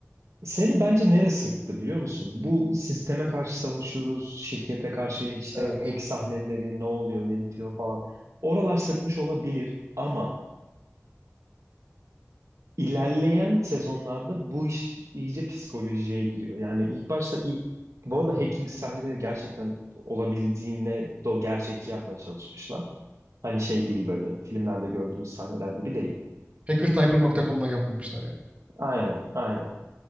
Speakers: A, on the right; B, on the right.
A: Seni bence nereye sıktı biliyor musun? Bu sisteme karşı savaşıyoruz, şirkete karşı işte
B: Evet.
A: hack sahneleri, ne oluyor, ne bitiyor falan. Oralar sıkmış olabilir ama ilerleyen sezonlarda bu iş iyice psikolojiye giriyor. Yani ilk başta ilk bu arada hacking sahneleri gerçekten olabildiğine do gerçekçi yapmaya çalışmışlar. Hani şey değil böyle filmlerde gördüğümüz sahneler gibi değil.
B: Hackertyper.com'dan yapmamışlar yani.
A: Aynen, aynen.